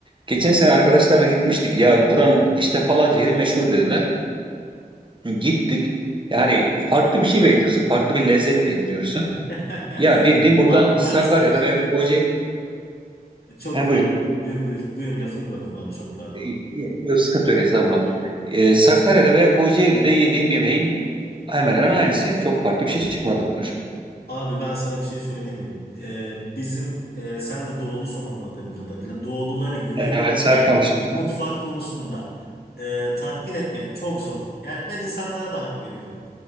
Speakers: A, on the right; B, on the left.
A: Geçen sene arkadaşlarla gitmiştik. Ya buranın işte falanca yeri meşhur dediler. Gittik. Yani farklı bir şey bekliyorsun. Farklı bir lezzet bekliyorsun.
B: <laughs>
A: Ya bildiğin burada
B: Abi
A: Sakarya'da
B: ben sana bir şey...
A: veya Kocaeli.
B: Çok
A: He
B: pardon.
A: buyur.
B: Buyur buyur. Buyur lafını böldüm abi çok pardon.
A: E, e, Yok, sıkıntı yok estağfurullah. E, Sakarya'da veya Kocaeli'de yediğim yemeğin hemen hemen aynısı yani. Çok farklı bir şey çıkmadı karşıma.
B: Abi ben sana bir şey söyleyeyim mi? Ee, bizim e, sen de doğulusun anladığım kadarıyla. Doğuluları, Güneydoğuluları
A: Evet Sarıkamış'tı.
B: mutfak konusunda e, tatmin etmek çok zor. Yani ben insanlara da hak veriyorum.